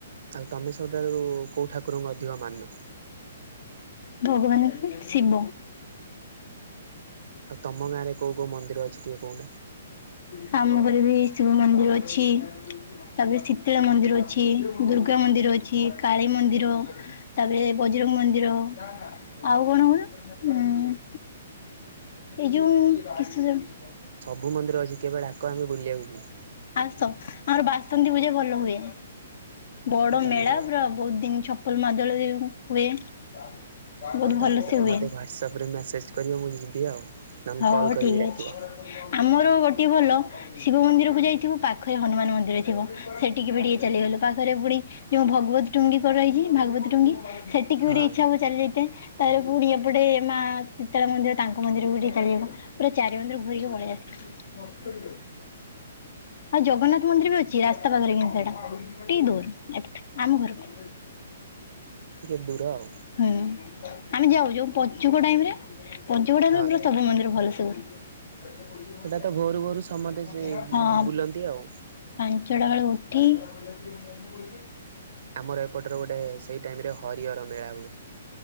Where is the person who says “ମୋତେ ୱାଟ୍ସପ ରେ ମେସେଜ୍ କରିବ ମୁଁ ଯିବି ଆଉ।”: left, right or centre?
Right